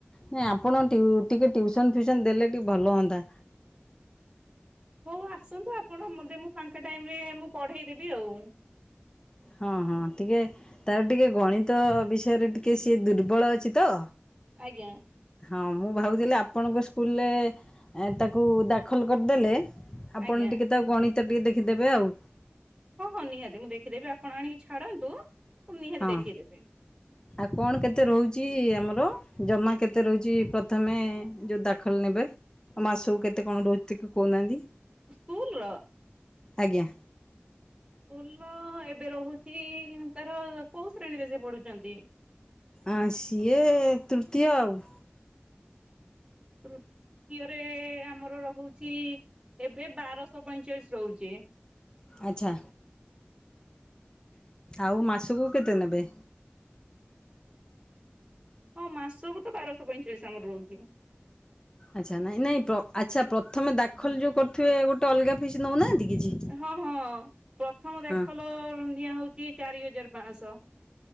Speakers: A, on the left (about 20°); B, on the right (about 20°).
A: ନାଇଁ ଆପଣ ଟିକେ ଟିଉ ଟିଉସନ୍ ଫିଉସନ୍ ଦେଲେ ଟିକେ ଭଲ ହୁଅନ୍ତା।
B: ହଉ ଆସନ୍ତୁ ଆପଣ ମୋତେ ମୁଁ ଫାଙ୍କା ଟାଇମ୍ ରେ ମୁଁ ପଢେଇ ଦେବି ଆଉ।
A: ହଁ ହଁ ଟିକେ ତାର ଟିକେ ଗଣିତ ବିଷୟରେ ଟିକେ ସିଏ ଦୁର୍ବଳ ଅଛି ତ।
B: ଆଜ୍ଞା।
A: ହଁ ମୁଁ ଭାବୁଥିଲି ଆପଣଙ୍କ ସ୍କୁଲରେ ତାକୁ ଦାଖଲ କରିଦେଲେ ଆପଣ
B: ଆଜ୍ଞା
A: ଟିକେ ତାକୁ ଗଣିତ ଟିକେ ଦେଖିଦେବେ ଆଉ।
B: ହଁ ହଁ ନିହାତି ମୁଁ ଦେଖିଦେବି ଆପଣ ଆଣିକି ଛାଡ଼ନ୍ତୁ ମୁଁ ନିହାତି
A: ହଁ
B: ଦେଖିଦେବି।
A: ଆଉ କଣ କେତେ ରହୁଚି ଆମର ଜମା କେତେ ରହୁଚି ପ୍ରଥମେ ଯୋଉ ଦାଖଲ ନେବେ। ମାସକୁ କେତେ କଣ ରହୁଚି ଟିକେ କହୁନାହାନ୍ତି।
B: ସ୍କୁଲ ର।
A: ଆଜ୍ଞା।
B: ସ୍କୁଲ ଏବେ ରହୁଚି ତାର କୋଉ ଶ୍ରେଣୀରେ ସେ ପଢୁଛନ୍ତି।
A: ଆ ସିଏ ତୃତୀୟ ଆଉ।
B: ତୃତୀୟରେ ଆମର ରହୁଚି ଏବେ ବାରଶହ ପଇଁଚାଳିଶ ରହୁଚି।
A: ଆଚ୍ଛା ଆଉ ମାସକୁ କେତେ ନେବେ?
B: ହଁ ମାସକୁ ତ ବାରଶହ ପଇଁଚାଳିଶ ଆମର ରହୁଚି।
A: ଆଚ୍ଛା ନାଇଁ ନାଇଁ ପ୍ର ଆଚ୍ଛା ପ୍ରଥମେ ଦାଖଲ ଯୋଉ କରୁଥିବେ ଗୋଟେ ଅଲଗା ଫିସ୍ ନଉନାହାନ୍ତି କିଛି?
B: ହଁ ହଁ ପ୍ରଥମ ଦାଖଲ
A: ହଁ
B: ନିଆ ହଉଚି ଚାରି ହଜାର ପାଶହ।